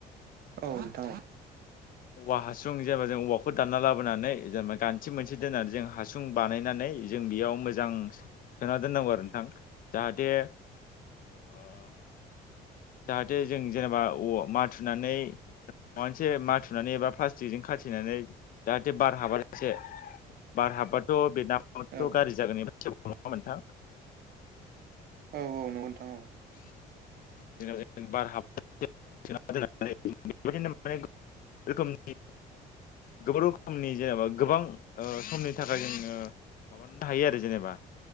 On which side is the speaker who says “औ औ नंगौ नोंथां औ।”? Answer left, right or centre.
Right